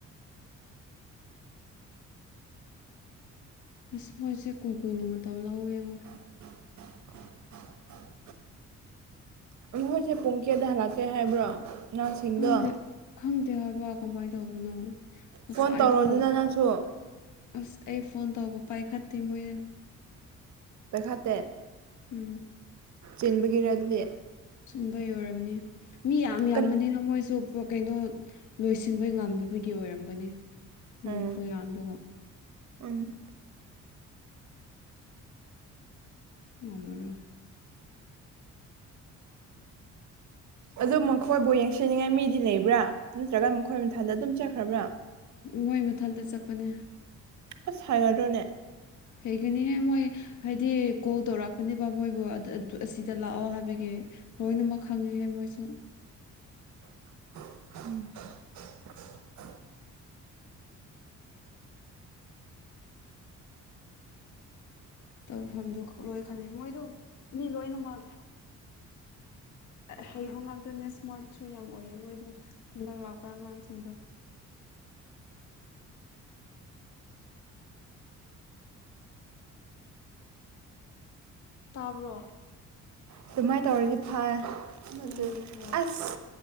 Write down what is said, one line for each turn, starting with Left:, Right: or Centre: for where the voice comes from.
Left: ꯑꯁ ꯃꯣꯏꯁꯦ ꯀꯨꯏ ꯀꯨꯏꯅ ꯃꯇꯝ ꯂꯧꯋꯦꯕꯣ
Right: <inaudible> ꯅꯈꯣꯏꯁꯦ ꯄꯨꯡ ꯀꯌꯥꯗ ꯍꯜꯂꯛꯀꯦ ꯍꯥꯏꯕ꯭ꯔꯣ ꯑꯉꯥꯡꯁꯤꯡꯗꯣ
Left: ꯈꯪꯗꯦ ꯈꯪꯗꯦ ꯍꯥꯏꯕ ꯀꯃꯥꯏꯅ ꯇꯧꯕꯅꯣ ꯉꯁꯥꯏꯗꯣ
Right: ꯐꯣꯟ ꯇꯧꯔꯣꯗꯅ ꯅꯪꯁꯨ
Left: ꯑꯁ ꯑꯩ ꯐꯣꯟ ꯇꯧꯕ ꯄꯥꯏꯈꯠꯇꯦ ꯃꯣꯏꯅ
Right: ꯄꯥꯢꯈꯠꯇꯦ
Left: ꯎꯝ
Right: ꯆꯦꯟꯕꯒꯤꯔ ꯑꯗꯨꯗꯤ
Left: ꯁꯤꯟꯕ ꯌꯣꯏꯔꯝꯅꯤ ꯃꯤ ꯌꯥꯝ ꯌꯥꯝꯕꯅꯤꯅ
Right: ꯀꯟ
Left: ꯃꯣꯏꯁꯨ ꯀꯩꯅꯣ ꯂꯣꯏꯁꯤꯟꯕ ꯉꯝꯗꯕꯒꯤ ꯑꯣꯏꯔꯝꯒꯅꯤ
Right: ꯎꯝ
Left: ꯃꯤ ꯈꯨꯌꯥꯝꯗꯨꯒ
Right: ꯎꯝ
Left: ꯉꯝꯃꯔꯣꯏ
Right: ꯑꯗꯨꯝ ꯃꯈꯣꯏꯕꯨ ꯌꯦꯡꯁꯟꯅꯤꯡꯉꯥꯏ ꯃꯤꯗꯤ ꯂꯩꯕ꯭ꯔꯥ ꯅꯠꯇ꯭ꯔꯒꯅ ꯃꯈꯣꯏ ꯃꯊꯟꯗ ꯑꯗꯨꯝ ꯆꯠꯈ꯭ꯔꯕ꯭ꯔꯥ
Left: ꯃꯣꯏ ꯃꯊꯟꯇ ꯆꯠꯄꯅꯦ
Right: ꯑꯁ ꯍꯩꯒꯥꯗꯔꯣꯅꯦ
Left: ꯍꯩꯒꯅꯤꯍꯦ ꯃꯣꯏ ꯍꯥꯏꯗꯤ ꯀꯣꯜ ꯇꯧꯔꯛꯄꯅꯦꯕ ꯃꯣꯏꯕꯨ ꯑꯁꯤꯗ ꯂꯥꯛꯑꯣ ꯍꯥꯏꯕꯒꯤ ꯂꯣꯏꯅꯃꯛ ꯈꯪꯉꯦꯍꯦ ꯃꯣꯏꯁꯨ
Right: ꯎꯝ
Left: ꯇꯧꯐꯝꯗꯨ ꯂꯣꯏ ꯈꯜꯂꯦ ꯃꯣꯏꯗꯣ ꯃꯤ ꯂꯣꯏꯅꯃꯛ ꯍꯩꯕ ꯉꯥꯛꯇꯅꯦ ꯏꯁꯃꯥꯔꯠꯁꯨ ꯌꯥꯝ ꯑꯣꯏꯌꯦ ꯃꯣꯏꯗ ꯍꯟꯗꯛ ꯂꯥꯛꯄ ꯑꯉꯥꯡꯁꯤꯡꯗꯣ ꯇꯥꯕ꯭ꯔꯣ
Right: ꯑꯗꯨꯃꯥꯏꯅ ꯇꯧꯔꯗꯤ ꯐꯩ
Left: ꯎꯝ
Right: ꯑꯗꯨ
Left: ꯍꯣꯏ
Right: ꯑꯁ